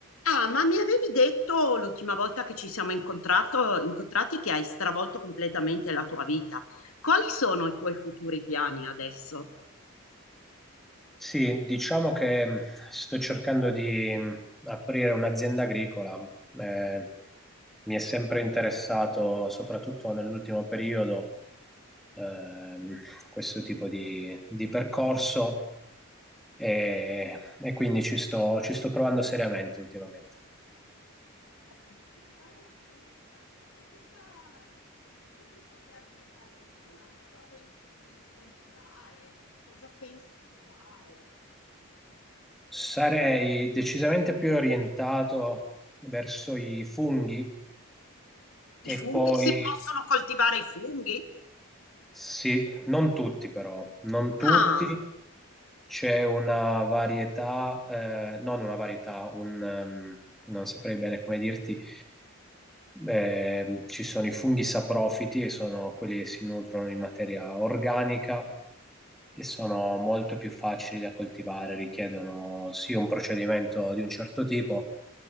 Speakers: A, on the left; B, in the centre.
A: Ah, ma mi avevi detto l'ultima volta che ci siamo incontrato- incontrati che hai stravolto completamente la tua vita. Quali sono i tuoi futuri piani adesso?
B: Sì, diciamo che mh, sto cercando di mh, aprire un'azienda agricola. Eh, mi è sempre interessato, soprattutto nell'ultimo periodo, ehm, questo tipo di, di percorso e, e quindi ci sto, ci sto provando seriamente ultimamente.
A: Oh, ma Che bella cosa! E cosa, che tipo di azienda agricola? Cosa pensi di coltivare? Cosa pensi di fare?
B: Sarei decisamente più orientato verso i funghi.
A: I funghi?
B: E poi
A: Si possono coltivare i funghi?
B: sì, non tutti però, non tutti,
A: Ah,
B: C'è una varietà, eh, non una varietà, un, ehm, non saprei bene come dirti, eh, ci sono i funghi saprofiti che sono quelli che si nutrono di materia organica e sono molto più facili da coltivare, richiedono sì un procedimento di un certo tipo,